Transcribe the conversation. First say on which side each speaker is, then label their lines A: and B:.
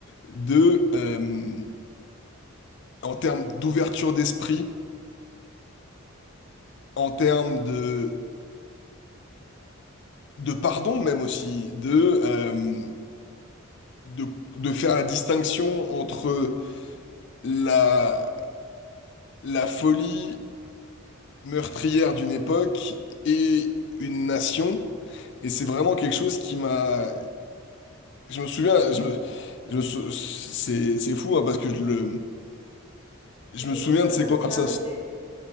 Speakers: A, on the left; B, on the left.
A: de, euh, en termes d'ouverture d'esprit, en termes de, de pardon même aussi, de... euh, de, de faire la distinction entre la, la folie meurtrière d'une époque et une nation. Et c'est vraiment quelque chose qui m'a... Je me souviens, je me- je me sou- c'est, c'est fou, hein, parce que je le, je
B: Tu te
A: me
B: souviens
A: souviens de ces
B: quand
A: conversations.
B: tu t'es arrêté?